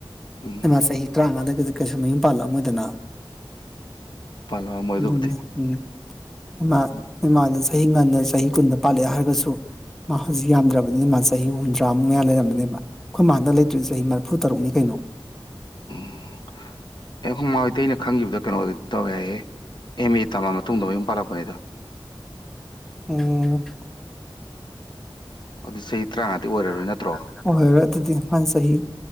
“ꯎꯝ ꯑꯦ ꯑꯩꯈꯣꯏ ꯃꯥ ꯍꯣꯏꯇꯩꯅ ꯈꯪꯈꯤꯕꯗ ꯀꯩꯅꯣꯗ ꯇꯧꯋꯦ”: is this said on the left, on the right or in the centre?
Left